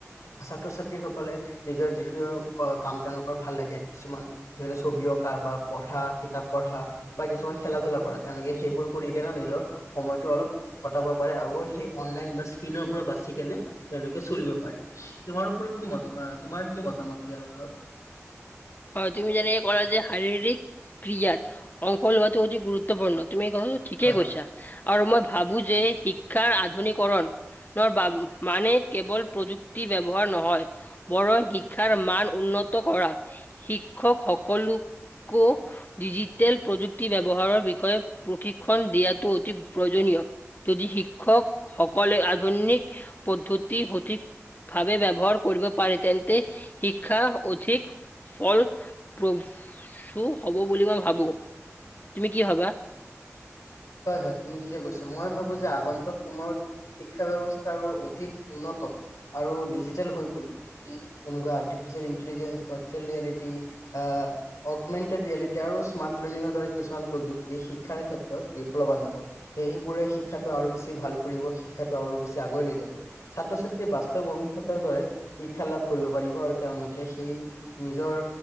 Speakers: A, on the left; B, on the left.
A: ছাত্ৰ ছাত্ৰীসকলে নিজৰ যিখিনি কাম তেওঁলোকৰ ভাল লাগে। কিছুমান ধৰি লওক ছবি অঁকা বা পঢ়া কিতাপ বা কিছুমান খেলা ধূলা কৰা তেওঁলোকে সেইবোৰ কৰি কেনেও নিজৰ সময়টো অলপ কটাব পাৰে আৰু সেই অনলাইন বা স্কিলৰ পৰা বাচি কেনে তেওঁলোকে চলিব পাৰে। তোমাৰ ওপৰত কি মত তোমাৰ কি মতামত ইয়াৰ ওপৰত
B: হয়। তুমি যেনেকে কলা যে শাৰীৰিক ক্ৰিয়াত অংশ লোৱাটো অতি গুৰুত্বপূৰ্ণ তুমি <unintelligible> ঠিকেই
A: হয়
B: কৈছা আৰু মই ভাবো যে শিক্ষাৰ আধুনিকৰণ <unintelligible> মানে কেৱল প্ৰযুক্তি ব্যৱহাৰ নহয়। বৰং শিক্ষাৰ মান উন্নত কৰা শিক্ষক সকলোকো ডিজিটেল প্ৰযুক্তি ব্যৱহাৰৰ প্ৰশিক্ষণ দিয়াটো অতি প্ৰয়োজনীয় যদি শিক্ষক সকলে আধুনিক পদ্ধতিৰ সঠিক ভাৱে ব্যৱহাৰ কৰিব পাৰে। তেন্তে শিক্ষা অধিক ফল প্ৰসু হব বুলি মই ভাবো তুমি কি ভবা?
A: হয়। হয়। তুমি ঠিকে কৈছা। মই ভাবো যে আগন্তুক সময়ত শিক্ষা ব্যৱস্থা আৰু অধিক উন্নত আৰু ডিজিটেল হৈ পৰিব যদি যেনেকে artificial intelligence virtual reality augmented reality আৰু স্মাৰ্ট লাৰ্ণিঙৰ দৰে। কিছুমান প্ৰযুক্তি শিক্ষাৰ ক্ষেত্ৰত বিপ্লৱ আনিব সেই সেইবোৰে শিক্ষাটো আৰু বেছি ভাল কৰিব শিক্ষাটো আৰু বেছি আগুৱাই লৈ যাব। ছাত্ৰ ছাত্ৰীয়ে বাস্তৱ অভিজ্ঞতাৰ দৰে শিক্ষা লাভ কৰিব পাৰিব আৰু তেওঁলোকে সেই নিজৰ